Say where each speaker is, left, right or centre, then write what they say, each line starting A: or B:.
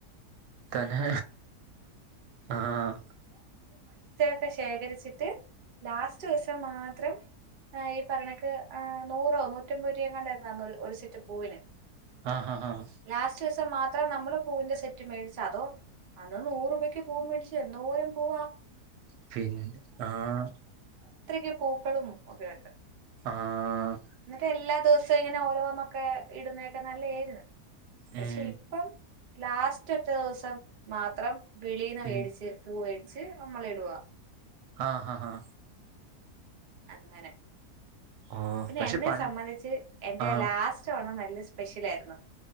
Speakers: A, on the right; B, on the right.
A: തന്നെ ആഹ
B: ക്കെ ശേഖരിച്ചിട്ട് ലാസ്റ്റ് ദിവസം മാ ത്രം ഈ പറയണക്കെ ആ നൂറോ നൂറ്റമ്പത് രൂപഎങ്ങാണ്ടേ ആയിരുന്നു അന്ന് ഒരു സെറ്റ് പൂവിന്
A: ആഹ് ഹഹ് ആഹ്
B: ലാസ്റ്റ് ദിവസം മാത്രം നമ്മള് പൂവിന്റെ സെറ്റ് മേടിച്ച അതോ അന്ന് നൂറ രൂപയ്ക്ക് പൂവ മേടിച്ചു എന്തോ പൂവ
A: പിന്നെ ആഹ
B: ഇത്രൊക്കെ പൂക്കളും ഒക്കെയ ഉണ്ട്
A: ആഹ
B: എന്നിട്ട് എല്ലാ ദിവസവും ഇങ്ങനെ ഓരോന്നൊക്കെ ഇടുന്നക്കെ നല്ലതായിരുന്നു പക്ഷെ
A: ഉം
B: ഇപ്പം ലാസ്റ്റ് ഒറ്റ ദിവസം മാത്രം വെളീന്ന് വേടിച്ച്
A: ഉം
B: പൂവ ച് അമ്മള് ഇടുവാ
A: ആഹ് ഹഹ ഹഹ
B: അങ്ങനെ
A: ഓ
B: പിന്നെ
A: പക്ഷെ
B: എന്നെ
A: പ
B: സംബന്ധിച്ച് എന്റെ
A: ആ
B: ലാസ്റ്റ് ഓണം നല്ല സ്പെഷ്യലായിരുന്നു